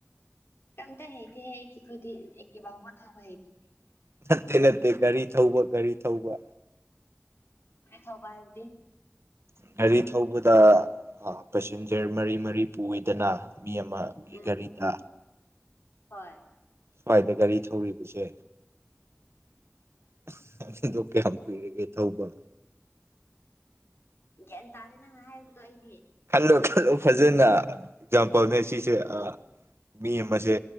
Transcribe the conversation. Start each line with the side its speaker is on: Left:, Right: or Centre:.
Left: ꯀꯩꯝꯇ ꯍꯩꯇꯦꯍꯦ ꯑꯩꯗꯤ ꯈꯣꯢꯗꯤ ꯑꯦꯛꯇꯤꯚꯥ ꯕꯥꯎ ꯊꯧꯕ ꯍꯩꯇꯦ
Right: ꯅꯠꯇꯦ ꯅꯠꯇꯦ ꯒꯥꯔꯤ ꯊꯧꯕ ꯒꯥꯔꯤ ꯊꯧꯕ
Left: ꯔꯤ ꯊꯧꯕ ꯍꯥꯏꯕꯗꯤ
Right: ꯒꯥꯔꯤ ꯊꯧꯕꯗ ꯑꯥ ꯄꯦꯁꯦꯟꯖꯔ ꯃꯔꯤ ꯃꯔꯤ ꯄꯨꯏꯗꯅ ꯃꯤ ꯑꯃꯒꯤ
Left: ꯎꯝ
Right: ꯒꯥꯔꯤꯗ
Left: ꯍꯣꯏ
Right: ꯁ꯭ꯋꯥꯏꯗ ꯒꯥꯔꯤ ꯊꯧꯔꯤꯕꯁꯦ ꯑꯁ ꯑꯗꯨꯗꯣ ꯀ꯭ꯌꯥꯝ ꯀꯨꯏꯔꯦꯅꯦ ꯊꯧꯕ
Left: ꯎꯝ ꯒ꯭ꯌꯥꯟ ꯇꯥꯗꯦ ꯅꯪꯅ ꯍꯥꯏꯕꯗꯣ ꯑꯩꯗꯤ
Right: ꯈꯜꯂꯣ ꯈꯜꯂꯣ ꯐꯖꯅ ꯑꯦꯛꯖꯝꯄꯜꯅꯦ ꯁꯤꯁꯦ ꯑꯥ ꯃꯤ ꯑꯃꯁꯦ